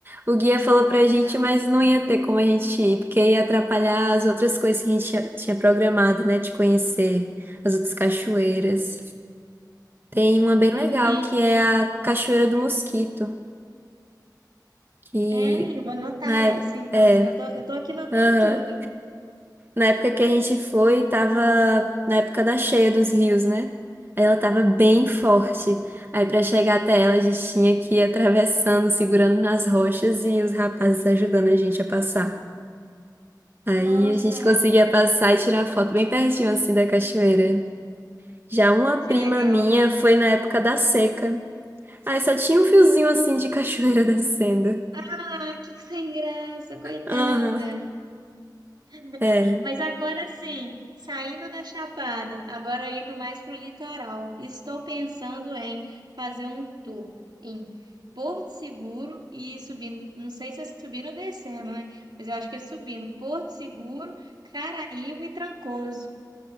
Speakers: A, on the right (about 30°); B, on the right (about 75°).
A: O guia falou
B: Ah,
A: pra gente,
B: tá.
A: mas não ia ter como a gente ir, porque ia atrapalhar as outras coisas que a gente tinha, tinha programado, né, de conhecer as outras cachoeiras. Tem uma
B: Entendi.
A: bem legal que é a Cachoeira do Mosquito, que
B: É, eu vou anotar
A: na
B: essa
A: é,
B: então.
A: é,
B: Já tô, eu tô aqui anotando
A: aham.
B: tudo.
A: Na época que a gente foi, tava na época da cheia dos rios, né? Aí Ela tava bem forte. Aí pra chegar até ela, a gente tinha que ir atravessando, segurando nas rochas e os rapazes ajudando a gente a passar. Aí
B: Nossa,
A: a gente conseguia passar e tirar foto bem pertinho assim da cachoeira. Já uma
B: que
A: prima
B: legal.
A: minha foi na época da seca. Aí só tinha um fiozinho assim de cachoeira <laughs> descendo.
B: Ah, que sem graça, coitada.
A: Aham,
B: <laughs>
A: é.
B: Mas agora sim, saindo da Chapada, agora indo mais pro litoral. Estou pensando em fazer um tour em Porto Seguro e ir subindo, não sei se é subindo ou descendo, né? Mas eu acho que é subindo. Porto Seguro, Caraíva e Trancoso.